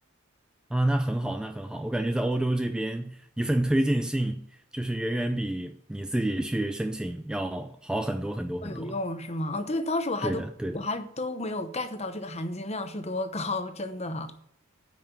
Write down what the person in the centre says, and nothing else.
啊，那很好，那很好。我感觉在欧洲这边，一份推荐信就是远远比你自己去申请要好很多很多很多。
对的，对的。